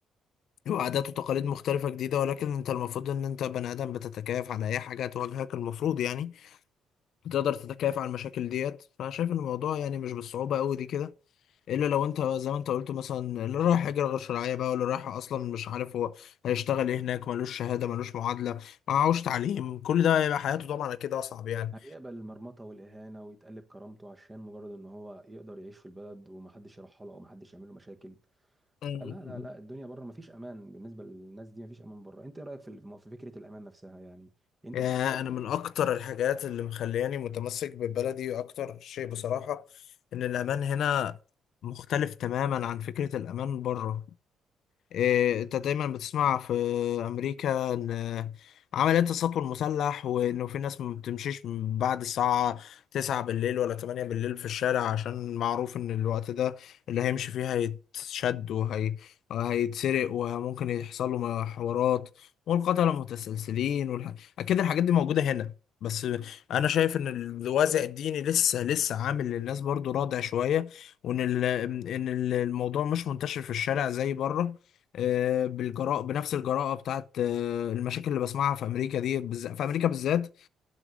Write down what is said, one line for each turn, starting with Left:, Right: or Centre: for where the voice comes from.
Left: وعادات وتقاليد مختلفة جديدة ولكن انت المفروض ان انت بني ادم بتتكيف على اي حاجة هتواجهك المفروض يعني بتقدر تتكيف على المشاكل ديت فانا شايف ان الموضوع يعني مش بالصعوبة قوي دي كده الا لو انت زي ما انت قلت مثلا اللي رايح هجرة غير شرعية بقى واللي رايح اصلا مش عارف هو هيشتغل ايه هناك ملوش شهادة ملوش معادلة معهوش تعليم كل ده هيبقى حياته طبعا اكيد اصعب يعني
Right: هيقبل المرمطة والإهانة ويتقلب كرامته عشان مجرد إن هو يقدر يعيش في البلد ومحدش يرحله أو محدش يعمل له مشاكل
Left: <laughs>
Right: فلا لا لا الدنيا بره مفيش أمان بالنسبة للناس دي مفيش أمان بره أنت إيه رأيك في الم- في فكرة الأمان نفسها يعني أنت
Left: يا
Right: بتحس
Left: انا من اكتر الحاجات اللي مخلياني متمسك ببلدي اكتر شيء بصراحة ان الامان هنا مختلف تماما عن فكرة الامان بره إيه، انت دايما بتسمع في امريكا ان عمليات السطو المسلح وانه في ناس ما بتمشيش من بعد الساعة 9 بالليل ولا 8 بالليل في الشارع عشان معروف ان الوقت ده اللي هيمشي فيه هيتشد وهي وهيتسرق وممكن يحصل له حوارات والقتلة متسلسلين والح... اكيد الحاجات دي موجودة هنا بس انا شايف ان الوازع الديني لسه لسه عامل للناس برضو رادع شوية وان ال... ان الموضوع مش منتشر في الشارع زي بره آه، بالجراءة بنفس الجراءة بتاعت آه، المشاكل اللي بسمعها في أمريكا دي بالذات في أمريكا بالذات